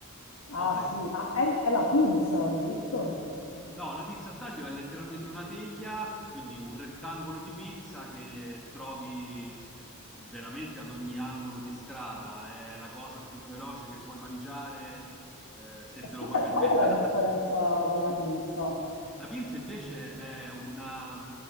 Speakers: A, in the centre; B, on the left.
A: cosa
B: Ah, sì,
A: che
B: ma è, è la pinza, giusto?
A: No, la pizza a taglio è letteralmente una teglia, quindi un rettangolo di pizza che trovi veramente ad ogni angolo di strada. È la cosa più veloce che puoi mangiare, eh, se
B: E
A: te
B: scusa,
A: lo puoi permettere.
B: qual è la differenza con la pinza?
A: La pinza invece è una,